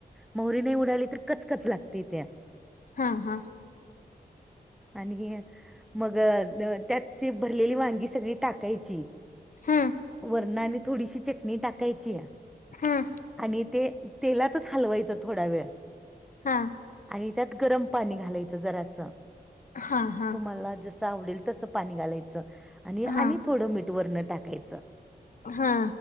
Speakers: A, in the centre; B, on the left (about 55°).
A: मोहरी नाही उडाली तर कचकच लागते त्या.
B: हां हां.
A: आणि हे मग त्यात ते भरलेली वांगी सगळी टाकायची.
B: हम्म.
A: वरणानं थोडीशी चटणी टाकायची.
B: हम्म.
A: आणि ते तेलातच हलवायचं थोडा वेळ.
B: हा.
A: आणि त्यात गरम पाणी घालायचं जरा असं
B: हा हा
A: तुम्हाला जसं आवडेल तसं पाणी घालायचं आणि आणि
B: हा
A: थोडं मीट वरना टाकायचं.
B: हा.